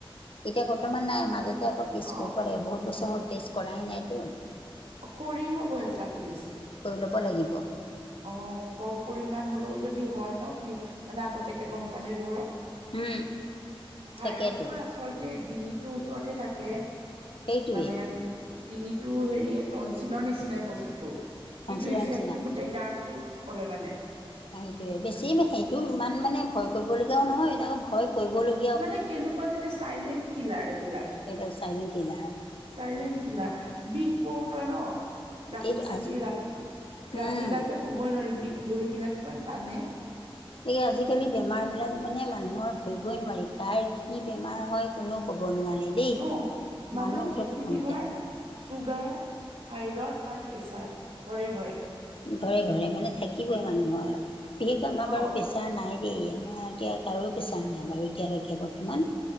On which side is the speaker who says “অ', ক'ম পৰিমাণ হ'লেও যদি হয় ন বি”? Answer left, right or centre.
Right